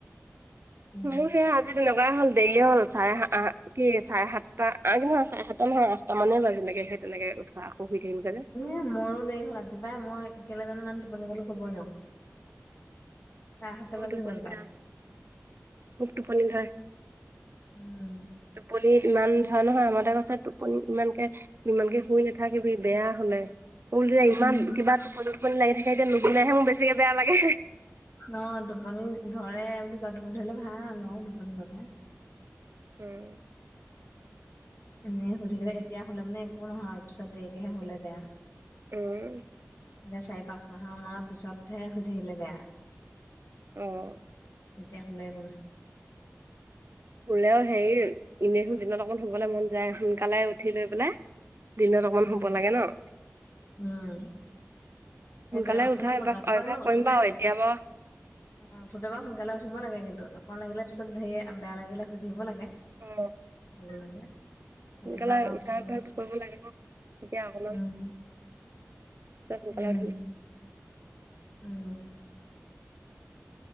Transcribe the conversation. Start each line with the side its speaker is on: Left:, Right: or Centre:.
Left: উম
Right: মোৰ সেয়া আজি তেনেকুৱাই হ'ল দেৰিয়ে হ'ল। চাৰে কি চাৰে সাতটা আহ কি নহয় চাৰে সাত টা নহয়, আঠটা মান হে বাজিলেগে। সে তেনেকে উঠা, আকৌ শুই থাকিলোগে যে।
Left: এ মোৰো দেৰি হ'ল। আজি পাই মই কেলে জানো ইমান টোপনি গ'লো, ক'বই নোৱাৰো। চাৰে সাতটা
Right: <unintelligible>
Left: বাজি গ'ল পাই
Right: খুব টোপনি ধৰে।
Left: উম।
Right: টোপনি ইমান। নহয় নহয়। আমাৰ টোৱে কৈছে টোপনি ইমানকে ইমানকে শুই নাথাকিবি, বেয়া হোলে। মোৰ যে ইমান
Left: উম
Right: কিবা টোপনি টোপনি লাগি থাকে, এতিয়া নুবোনাইহে মোৰ বেছিকে বেয়া লাগে।
Left: ন টোপনি ধৰে বুলি <unintelligible> টোপনি ধৰিলে ভাল, অ টোপনি গলে।
Right: উম।
Left: এ শুই থাকিলে এতিয়া হোলে মানে একো নহয়, পিছত দেৰিকেহে হোলে বেয়া।
Right: উম।
Left: এতিয়া চাৰি পাঁচ মাহ মানৰ পিছতহে শুই থাকিলে বেয়া।
Right: অ'।
Left: এতিয়া হোলে একো নহয়।
Right: শুলেও হেৰি এনে হো দিনত অকণ শুবলে মন যায়, সোনকালে উঠি লৈ পেলাই। দিনত অকমান
Left: উম
Right: শুব লাগে ন'?
Left: উম
Right: সোনকালে
Left: সেইটোৱে আচলতে
Right: উঠা এবাক
Left: ৰাতিপুৱা
Right: অভ্যাস
Left: কিন্তু উঠোতে
Right: কৰিম বাৱ। এতিয়া বাৱ
Left: অ' উঠোতে বাও সোনকালে উঠিব লাগে কিন্তু অকণ লাগিলে পিছত হেৰিয়ে বেয়া লাগিলে শুই থাকিব লাগে।
Right: অ।
Left: <unintelligible>
Right: সোনকালে
Left: ৰাতিপুৱা এবাৰ উঠিব
Right: উঠা অভ্যাসটো কৰিব লাগে ক। তেতিয়া অকমান
Left: উম
Right: পিছত সোনকালে
Left: উম
Right: উঠি
Left: উম।